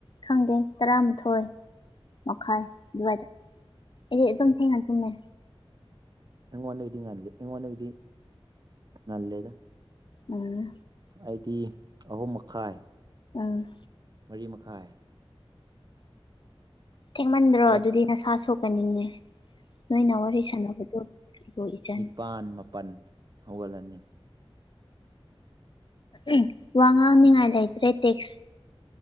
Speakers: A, on the left (about 55°); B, on the right (about 45°).
A: ꯈꯪꯗꯦ ꯇꯔꯥꯃꯥꯊꯣꯏ ꯃꯈꯥꯏ ꯋꯥꯏꯗ ꯑꯦꯔ ꯑꯗꯨꯝ ꯊ ꯍꯥ ꯑꯗꯨꯃꯦ
B: ꯑꯦꯉꯣꯅ ꯏꯗꯤ ꯉꯜꯦ ꯌꯦꯉꯣꯅ ꯏꯗꯤ ꯅꯜꯦꯗ
A: ꯑꯣ
B: ꯑꯩꯗꯤ ꯑꯍꯨꯝ ꯃꯈꯥꯏ
A: ꯎꯝ
B: ꯃꯔꯤ ꯃꯈꯥꯏ
A: ꯊꯦꯡꯃꯟꯗ꯭ꯔꯣ
B: ꯍꯧꯒꯠ
A: ꯑꯗꯨꯗꯤ ꯅꯁꯥ ꯁꯣꯛꯀꯅꯤꯅꯦ ꯅꯣꯏꯅ ꯋꯥꯔꯤ ꯁꯥꯟꯅꯕꯗꯨꯣꯕꯨ ꯏꯆꯟ꯫
B: ꯄꯥꯟ ꯃ ꯄꯟ ꯍꯧꯒꯠꯂꯅꯤ꯫
A: ꯎꯝ ꯋꯥ ꯉꯥꯡꯅꯤꯉꯥꯏ ꯂꯩ ꯂꯩꯇ꯭ꯔꯦ ꯇꯦꯛꯁ꯫